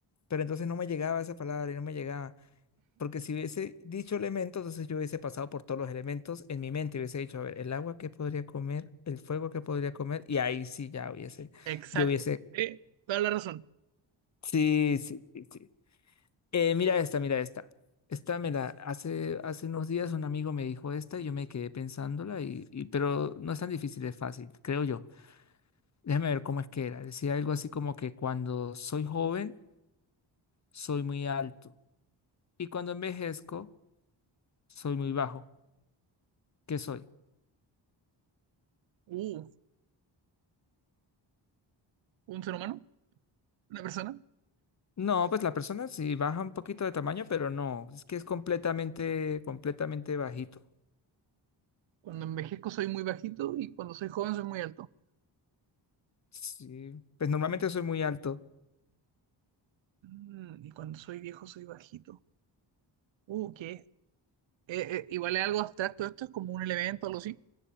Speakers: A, on the left (about 40°); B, on the right (about 80°).
A: pero entonces no me llegaba esa palabra y no me llegaba. Porque si hubiese dicho elementos, entonces yo hubiese pasado por todos los elementos en mi mente, hubiese dicho, a ver, el agua que podría comer, el fuego que podría comer, y ahí sí ya hubiese,
B: Exacto.
A: yo hubiese,
B: Sí, toda la razón.
A: sí, sí, sí, sí. Eh, mira esta, mira esta. Esta me la, hace, hace unos días un amigo me dijo esta y yo me quedé pensándola, y, y- pero no es tan difícil, es fácil, creo yo. Déjame ver cómo es que era. Decía algo así como que cuando soy joven, soy muy alto, y cuando envejezco, soy muy bajo. ¿Qué soy?
B: Uh, un ser humano, una persona.
A: No, pues la persona sí baja un poquito de tamaño, pero no, es que es completamente, completamente bajito.
B: Cuando envejezco soy muy bajito y cuando soy joven soy muy alto.
A: Sí, pues normalmente soy muy alto.
B: Mm, y cuando soy viejo soy bajito. Uh, ¿qué es? Eh, eh, igual es algo abstracto esto, es como un elemento, algo así.